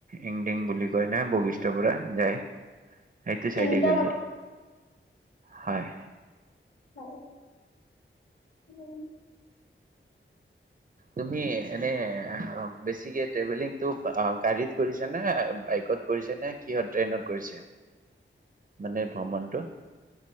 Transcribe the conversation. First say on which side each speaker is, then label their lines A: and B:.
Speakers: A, on the right; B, on the left.
A: ইমলিং বুলি কয় ন বশিষ্টৰ পৰা যায় । সেইটো চাইডে
B: ইণ্ডিয়ান
A: গৈছিল । হয়
B: হয় উম
A: তুমি এনে বেছিকে্ৰেভেলিংটো গাড়ীত কৰিছ নে বাইকত কৰিছ নে কিহত ট্ৰেইনত কৰিছে মানে ভ্ৰমণটো